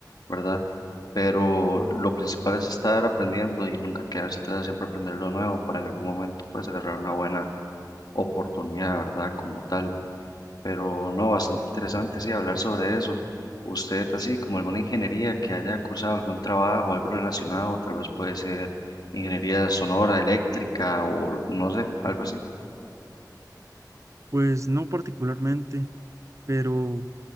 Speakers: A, on the left; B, on the right.
A: ¿verdad? Pero lo principal es estar aprendiendo y nunca quedarse atrás, siempre aprender lo nuevo para en algún momento pues agarrar una buena oportunidad, ¿verdad? Como tal. Pero no, bastante interesante, sí, hablar sobre eso. Usted, así como alguna ingeniería que haya cursado algún trabajo, algo relacionado, tal vez puede ser ingeniería sonora, eléctrica o no sé, algo así.
B: Pues no particularmente, pero